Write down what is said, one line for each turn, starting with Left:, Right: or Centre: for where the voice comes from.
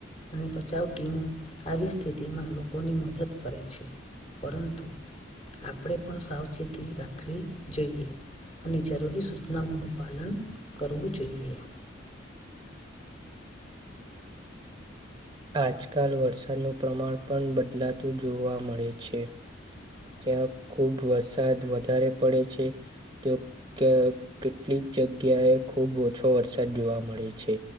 Left: અને બચાવ ટીમો આવી સ્થિતિમાં લોકોની મદદ કરે છે પરંતુ આપણે પણ સાવચેતી રાખવી જોઈએ અને જરૂરી સૂચનાઓનું પાલન કરવું જોઈએ
Right: આજકાલ વરસાદનું પ્રમાણ પણ બદલાતું જોવા મળે છે ત્યાં ખુબ વરસાદ વધારે પડે છે તો કે કેટલીક જગ્યાએ ખુબ ઓછો વરસાદ જોવા મળે છે